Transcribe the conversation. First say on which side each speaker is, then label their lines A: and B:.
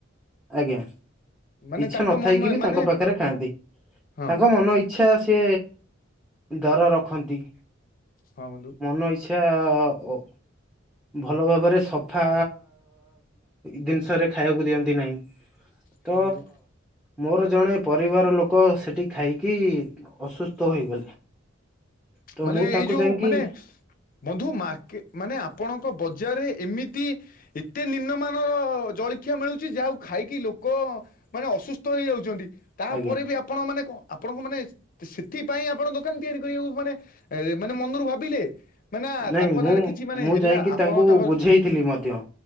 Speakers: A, in the centre; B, on the left.
A: ଆଜ୍ଞା।
B: ମାନେ
A: ଇଚ୍ଛା
B: ତାଙ୍କ
A: ନଥାଇକି
B: ମନ
A: ବି
B: ମାନେ
A: ତାଙ୍କ ପାଖରେ ଖାଆନ୍ତି
B: ହଁ
A: ତାଙ୍କ
B: ବନ୍ଧୁ
A: ମନ ଇଚ୍ଛା ସେ ସେ ଦର ରଖନ୍ତି।
B: ହଁ ବନ୍ଧୁ।
A: ମନ ଇଚ୍ଛା ଅ ଅଉ। ଭଲ ଭାବରେ ସଫା ଜିନିଷରେ ଖାଇବାକୁ ଦିଅନ୍ତି ନାହିଁ। ତ
B: ହଁ ବନ୍ଧୁ
A: ମୋର ଜଣେ ପରିବାର ଲୋକ ସେଠି ଖାଇକି ଅସୁସ୍ଥ ହୋଇଗଲେ। ତ
B: ମାନେ
A: ମୁଁ ତାଙ୍କୁ
B: ଏଇ ଯୋଉ
A: ଯାଇକି
B: ମାନେ ବନ୍ଧୁ ମାର୍କେ ମାନେ ଆପଣଙ୍କ ବଜାରରେ ଏମିତି ଏତେ ନିମ୍ନମାନର ଜଳଖିଆ ମିଳୁଛି ଯାହାକୁ ଖାଇକି ଲୋକମାନେ ଅସୁସ୍ଥ ହେଇଯାଉଛନ୍ତି। ତାପରେ
A: ଆଜ୍ଞା
B: ବି ଆପଣ ମାନେ ଆପଣଙ୍କୁ ମାନେ ସେଥିପାଇଁ ଆପଣ ଦୋକାନ ତିଆରି କରିବାକୁ ମାନେ ଏ ମାନେ ମନରୁ ଭାବିଲେ। ମାନେ
A: ନାଇଁ
B: ତାଙ୍କ
A: ମୁଁ-ମୁଁ
B: ନାଁରେ କିଛି ମାନେ ହେଲା
A: ଯାଇକି
B: ଆପଣ
A: ତାଙ୍କୁ
B: ତାଙ୍କର
A: ବୁଝେଇଥିଲି ମଧ୍ୟ।